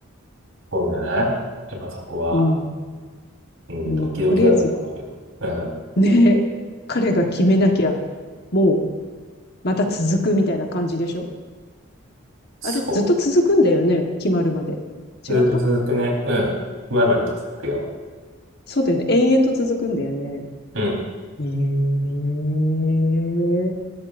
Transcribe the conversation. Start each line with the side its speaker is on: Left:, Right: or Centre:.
Right: そうじゃないやっぱそこは、
Left: うん。
Right: うん、
Left: もう、
Right: ドキドキだったと思うよ。
Left: とりあえず、
Right: うん。
Left: ね、彼が決めなきゃ、もう、また続くみたいな感じでしょ
Right: そう。
Left: あれ、ずっと続くんだよね、決まるまで。
Right: ずっと続くね。
Left: 違った
Right: うん。決まるまで続くよ。
Left: そうだよね。延々と続くんだよね。
Right: うん。
Left: ええ